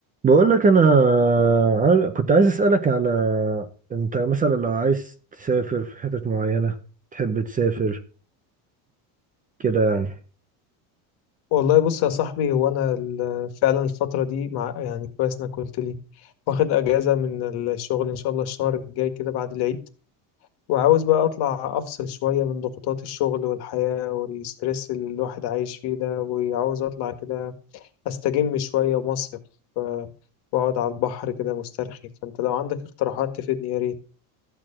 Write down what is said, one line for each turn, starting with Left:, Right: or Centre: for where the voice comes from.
Right: بقول لك انا عايز- كنت عايز اسالك على انت مثلا لو عايز تسافر في حتت معينه تحب تسافر كده يعني
Left: والله بص يا صاحبي هو انا ال- فعلا الفتره دي مع يعني كويس انك قلت لي واخد اجازه من الشغل ان شاء الله الشهر الجاي كده بعد العيد وعاوز بقى اطلع افصل شويه من ضغوطات الشغل والحياه والستريس اللي الواحد عايش فيه ده وعاوز اطلع كده استجم شويه مصيف ف- واقعد على البحر كده مسترخي فانت لو عندك اقتراحات تفيدني يا